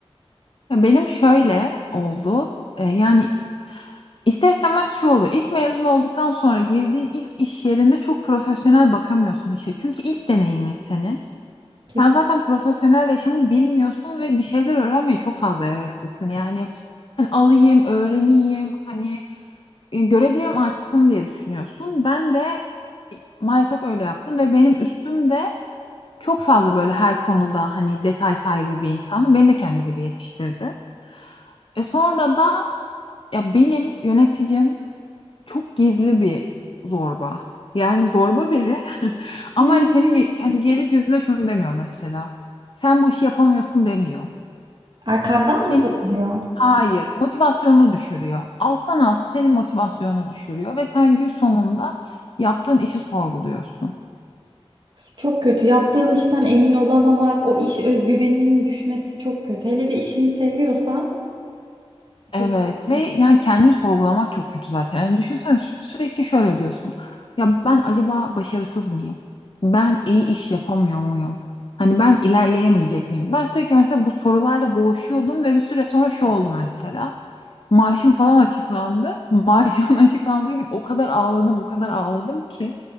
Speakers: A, on the left; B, on the right.
A: Ya benim şöyle oldu. E, yani İster istemez şu oluyor. İlk mezun olduktan sonra girdiğin ilk iş yerinde çok profesyonel bakamıyorsun işe. Çünkü ilk deneyimin senin.
B: Kesin.
A: Sen zaten profesyonel yaşamı bilmiyorsun ve bir şeyler öğrenmeye çok fazla heveslisin. Yani hani alayım, öğreneyim, hani e, görebilirim artsın diye düşünüyorsun. Ben de e, maalesef öyle yaptım ve benim üstüm de çok fazla böyle her konuda hani detay sahibi bir insandı. Beni de kendi gibi yetiştirdi. E sonra da ya benim yöneticim çok gizli bir zorba. Yani zorba biri ama
B: <laughs>
A: hani senin ge- hani gelip yüzüne şunu demiyor mesela. Sen bu işi yapamıyorsun demiyor.
B: Arkandan mı
A: Senin
B: söylüyor?
A: hayır motivasyonunu düşürüyor. Alttan alta senin motivasyonunu düşürüyor ve sen gün sonunda yaptığın işi sorguluyorsun.
B: Çok kötü. Yaptığın işten emin olamamak, o iş özgüveninin düşmesi çok kötü. Hele de işini seviyorsan çok
A: Evet
B: kötü.
A: ve yani kendini sorgulamak çok kötü zaten. Yani düşünsene sü- sürekli şöyle diyorsun. Ya ben acaba başarısız mıyım? Ben iyi iş yapamıyor muyum? Hani ben ilerleyemeyecek miyim? Ben sürekli mesela bu sorularla boğuşuyordum ve bir süre sonra şu oldu mesela. Maaşım falan açıklandı. Maaşımın <laughs> açıklandığı gün o kadar ağladım, o kadar ağladım ki.